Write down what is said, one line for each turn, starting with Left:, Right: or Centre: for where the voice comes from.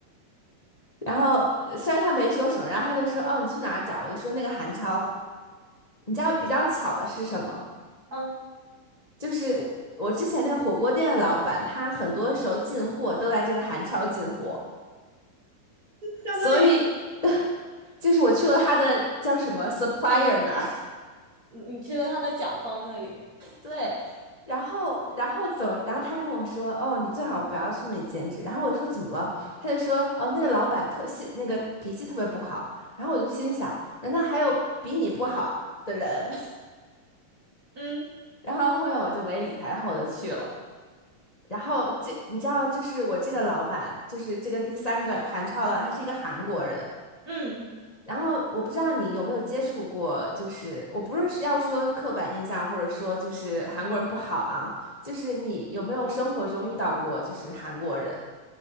Left: <laughs> 然后呃虽然他没说什么，然后他就说哦你去哪儿找？我就说那个韩超。你知道比较巧的是什么？
Right: 嗯，
Left: 就是我我之前那个火锅店的老板，他很多时候进货都在这个韩超进货，
Right: 相当于
Left: 所以就是我去了他的叫什么 supplier 那。
Right: 你你去了他的甲方那里。
Left: 对，然后然后怎么？然后他跟我说，哦，你最好不要去那里兼职。然后我就说怎么了？他就说，哦，那个老板特性，那个脾气特别不好。然后我就心想，难道还有比你不好的人？
Right: 嗯
Left: <laughs> 然后后面我就没理他，然后我就去了。然后这你知道，就是我这个老板，就是这个第三个韩超老板，他是一个韩国人。
Right: 嗯
Left: 然后我不知道你有没有接触过，就是我不是要说刻板印象，或者说就是韩国人不好啊，就是你有没有生活中遇到过就是韩国人，